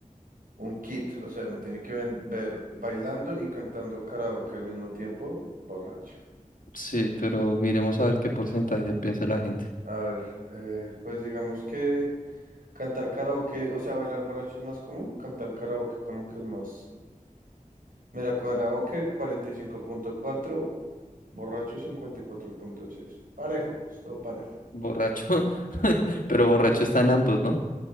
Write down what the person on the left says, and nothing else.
Sí, pero miremos a ver qué porcentaje piensa la gente.
Borracho. <laughs>
Pero borracho están ambos, ¿no?